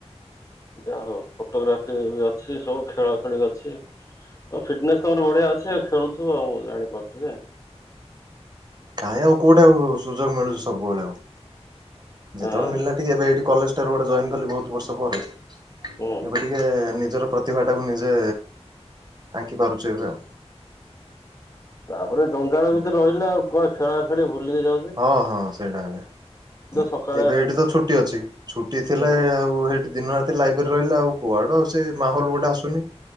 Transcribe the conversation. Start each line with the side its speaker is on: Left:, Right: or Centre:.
Left: ଯାହା ହଉ ଫଟୋଗ୍ରାଫି ବି ଅଛି ସବୁ ଖେଳା ଖେଳି ଅଛି। ତମ ଫିଟନେସ୍ ତାମାନେ ବଢିଆ ଅଛି ଆଉ ଖେଳୁଥିବ ଆଉ ମୁଁ ଜାଣିପାରୁଛି ଯେ।
Right: କାଇଁ ଆଉ କୋଉଠି ଆଉ ସୁଯୋଗ ମିଳୁଛି ସବୁବେଳେ ଆଉ ଯେତେବେଳେ
Left: ହଁ
Right: ମିଳିଲା। ଏବେ ଏଇଠି କଲେଜ ଟାରେ ଗୋଟେ ଜଏନ୍ କଲି ବହୁତ ବର୍ଷ ପରେ ଏବେ
Left: ହୁଁ।
Right: ଟିକ। ଟିକେ ନିଜର ପ୍ରତିଭା ଟା କୁ ନିଜେ ଆଙ୍କି ପାରୁଛ ଏବେ ଆଉ।
Left: ତାପରେ ଜଞ୍ଜାଳ
Right: ଆଜ୍ଞା।
Left: ଭିତରେ ରହିଲେ ଆଉ କୁଆଡେ ଖେଳା ଖେଳି ଭୁଲି ହିଁ ଯାଉଛୁ।
Right: ହଁ ହଁ ସେଇଟା ଆଜ୍ଞା
Left: ସକାଳେ
Right: ଏବେ ହେଇଠି ତ ଛୁଟି ଅଛି ଛୁଟି
Left: ହୁଁ
Right: ଥିଲେ ଆଉ। ହେଇଠି ଦିନ ରାତିରେ ଲାଇବ୍ରେରି ରେ ରହିଲେ ଆଉ କୁଆଡୁ ଆଉ ସେ ମାହୋଲ ଗୋଟେ ଆସୁନି।